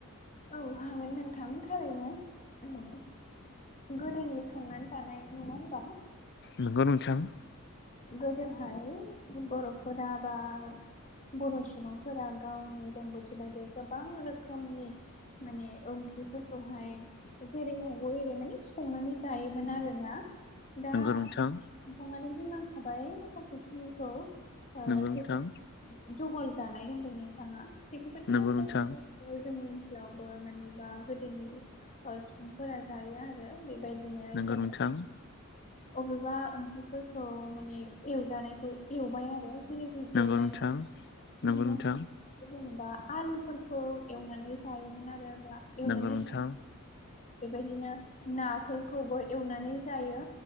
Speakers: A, on the left; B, on the left.
A: औ हागोन नों थांनो थाखायनो आं गोदोनि संनानै जानाय नङा होमबा
B: नोंगौ नोंथां
A: गोदोहाय बर'फोरा बा बर' सुबुंफोरा गावनि रोंगौथि बायदियै गोबां रोखोमनि माने ओंख्रिफोरखौहाय जेरै हागौ एरैनो संनानै जायोमोन आरोना दा
B: नंगौ नोंथां
A: नोंथाङानो बुंलांखाबाय माखासे खिनिखौ ओ
B: नंगौ नोंथां
A: जे जहल जानाय होन्दों नोंथाङा थिग बेबायदिनो
B: नंगौ नोंथां
A: जहल जोंनि ओनसोलावबो मानेबा गोदोनि सुबुंफोरा जायो आरो बेबायदि बिदिनो
B: नंगौ
A: जोङो
B: नोंथां
A: अबेबा ओंख्रिफोरखौ माने एवजानायखौ एवबाय आरो जेरै जों
B: नंगौ
A: एवनाय
B: नोंथां नंगौ
A: मोनो
B: नोंथां
A: जेनेबा आलुफोरखौ एवनानै जायोमोन आरो बा एवनानै
B: नंगौ नोंथां
A: बेबायदिनो नाफोरखौबो एवनानै जायो